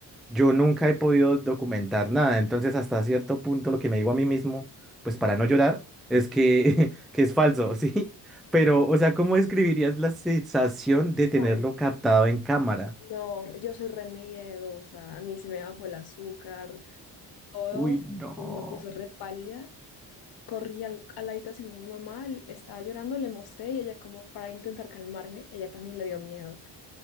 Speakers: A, in the centre; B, on the left.
A: yo nunca he podido documentar nada, entonces hasta cierto punto lo que me digo a mí mismo, pues para no llorar, es que, <laughs> que es falso, <laughs> ¿sí? Pero, o sea, ¿cómo describirías la sensación de tenerlo
B: no, no,
A: captado en cámara?
B: no, yo soy re miedosa, a mí se me bajó el azúcar, todo,
A: Uy, no.
B: y me puse re pálida. Corrí al- a la habitación de mi mamá, l- estaba llorando, le mostré y ella como para intentar calmarme, ella también le dio miedo.